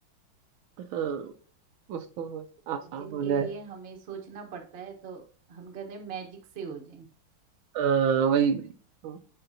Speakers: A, on the right (about 75°); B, on the right (about 35°).
A: हाँ उसको आसान
B: जिनके
A: हो जाए
B: लिए हमें सोचना पड़ता है तो हम कहते हैं मैजिक से हो जाए
A: हाँ वही वही तो